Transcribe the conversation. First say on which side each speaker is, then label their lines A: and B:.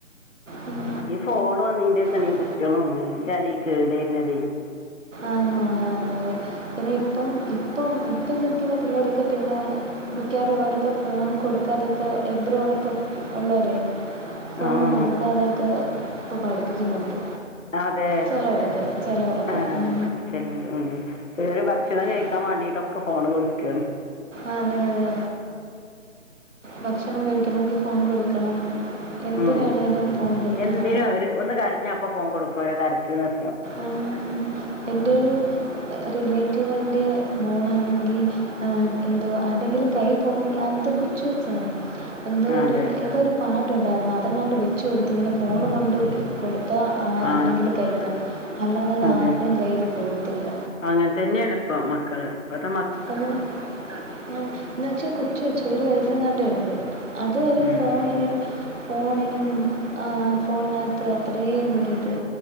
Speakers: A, on the right (about 65°); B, on the left (about 70°).
A: അതന്നെ ഉം
B: ബ ഫോണ് വന്നീന്റെ ശേണ്
A: വന്നതിന്
B: ഈ കുട്ടിയളുംഎല്ലാരും കേട് വരുന്നതെ.
A: ആന്നന്ന പിന്നെ ഇപ്പം ഇപ്പം ഇപ്പം ജീവിക്കുന്ന പിള്ളേടെൊക്കെ പിന്നെ മിക്കാറുള്ളവരൊക്കെ ഫോൺ കൊടുക്കാ അതൊക്കെ എബ്രോടൊക്കെ ഉള്ളവര. ഫോണ്
B: ആഹ്
A: കൊടുക്കാതെയൊക്കെ ഇപ്പ പഠിപ്പിക്കുന്നുണ്ട്
B: അതെ
A: ചെലോരൊക്കെ ചെലോരൊക്കെ
B: ആഹ
A: ഉം
B: ച ഉം ചിലൊരു ഭക്ഷണം- കഴിക്കാൻ
A: കുട്ടികള്
B: വേണ്ടിട്ടൊക്കെ- ഫോണ് കൊടുക്കണ്.
A: ആഹ്‌, അതെ, അതെ, ഭക്ഷണം- കഴിക്കണമെങ്കിൽ ഫോൺ- കൊടുക്കണം. എന്തിനാണേങ്കലും
B: ഉം
A: ഫോൺ- കൊടുക്കണം.
B: എന്തിനും അവര് ഒന്ന് കരഞ്ഞ അഅപ്പോ ഫോൺ കൊടുക്കുവ, ഒരകരച്ചില്-
A: ആഹ്‌ എന്റെ- റിലേറ്റീവിൻ്റെ മോളാണെങ്കിൽ- എന്തോ അതെങ്കിലും കയ്യി- പോകണമെങ്കിൽ എന്തൊക്ക- ചോയിചോ. എന്തോ
B: അതെ
A: ഒരു, ഏതോ ഒരു, പാട്ടുണ്ടായിരുന്നു അതെങ്ങാണ്ട്- വെച്ച് കൊടുത്ത് ഇങ്ങനെ- ഫോൺകൊണ്ട്- കൊടുത്താൽ
B: ആ
A: ആരെങ്കിലും- കൈയി പോകവും അല്ലാതെ അത്-
B: അതെ
A: ആരുടെയും കയ്യിൽ പോകത്തില്ല.
B: അങ്ങനെ തന്നെയാണ് ഇപ്പ മക്കള്, ഇപ്പാതെ-
A: എന്ന വെച്ചാ കൊച്ചുവെച്ചഒരു- വയസ്സ കാണ്ടേ ഉള്ളു. അതരെ
B: ഉം.
A: ഫോണിന് ഫോണിനും. ആഹ് ഫോണിനകത്ത് അത്രയേ- നാടത്